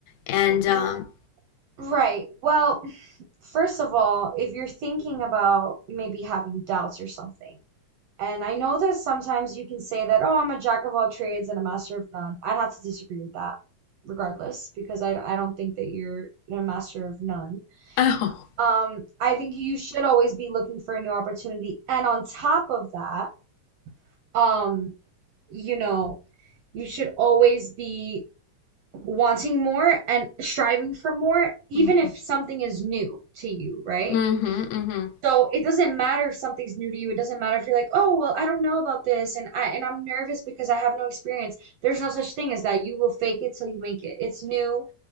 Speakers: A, on the left (about 80°); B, on the right (about 75°).
A: And
B: R-
A: um,
B: right. Well, first of all, if you're thinking about maybe having doubts or something, and I know that sometimes you can say that, oh, I'm a jack of all trades and a master of none. I'd have to disagree with that, regardless, because I, I don't think that you're a master of none.
A: <laughs> oh,
B: Um, I think you should always be looking for a new opportunity. And on top of that, um, you know, you should always be wanting more and striving for more, even
A: hmm
B: if something is new to you, right?
A: mm hmm
B: So it doesn't matter if something's new to you. It doesn't matter if you're like, oh, well, I don't know about this and I and I'm nervous because I have no experience. There's no such thing as that. You will fake it till you make it. It's new.